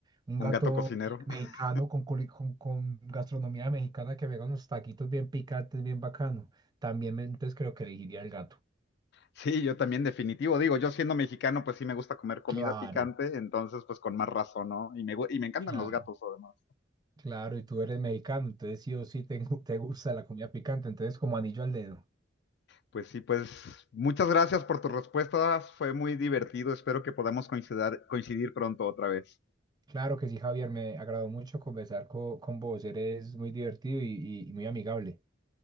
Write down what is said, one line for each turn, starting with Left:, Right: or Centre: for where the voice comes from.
Right: un
Left: Un
Right: gato
Left: gato cocinero.
Right: me-
Left: <laughs>
Right: mexicano con, culi- con, con gastronomía mexicana que me haga unos taquitos bien picantes, bien bacano. También, me- entonces creo que elegiría el gato.
Left: Sí, yo también, definitivo. Digo, yo siendo mexicano, pues sí me gusta comer comida
Right: Claro,
Left: picante, entonces pues con más razón, ¿no? Y me, gu- y me encantan
Right: Claro,
Left: los gatos además.
Right: claro, y tú eres mexicano, entonces sí o sí te, gu- te gusta la comida picante, entonces como anillo al dedo.
Left: Pues sí, pues muchas gracias por tus respuestas. Fue muy divertido. Espero que podamos coincidir, coincidir pronto otra vez.
Right: Claro que sí, Javier, me agradó mucho conversar co- con vos, eres muy divertido y, y y muy amigable.